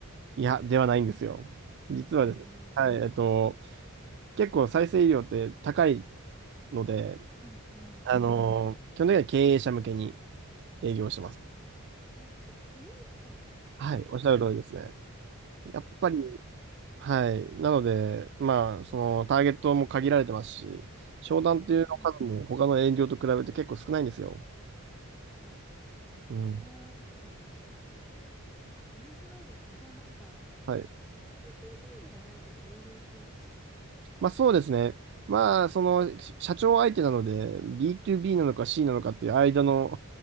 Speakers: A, on the right; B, in the centre.
A: いや、ではないんですよ。実はですね、
B: ええ。
A: はい、えっと、結構再生医療って高いので、
B: うんうんうん。
A: あのー基本的には経営者向けに営業してます。
B: あ、じゃあちょっと富裕層みたいな。
A: はい、おっしゃる通りですね。やっぱり、
B: ああ、
A: はい、なので、まあ、そのターゲットも限られてますし、商談っていうの数も他の営業と比べて結構少ないんですよ。
B: うん。あ、そうなんですね。
A: うん。
B: あ、面白いですね。じゃあなんか、
A: はい。
B: あの、B2B ではないけど営業っていうんですね。
A: まあそうですね。まあ、その、し社長相手なので、B2B なのか C なのかっていう間の